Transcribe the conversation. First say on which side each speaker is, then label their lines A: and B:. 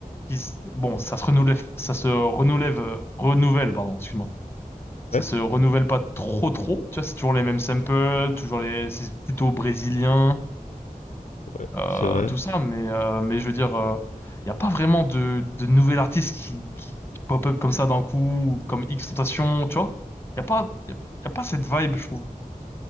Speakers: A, on the left (about 15°); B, on the left (about 60°).
A: qui, s- bon, ça se renouvelle, ça se renouvelle, euh, renouvelle, pardon, excuse-moi. Ça
B: Ouais,
A: se renouvelle pas trop, trop. Tu vois, c'est toujours les mêmes samples, toujours les, c'est plutôt brésilien.
B: ouais,
A: euh,
B: c'est vrai.
A: tout ça, mais, euh, mais je veux dire, euh, il n'y a pas vraiment de, de nouvel artiste qui, qui, qui pop-up comme ça d'un coup, comme X-Tentation, tu vois? Il n'y a pas, y a, y a pas cette vibe, je trouve.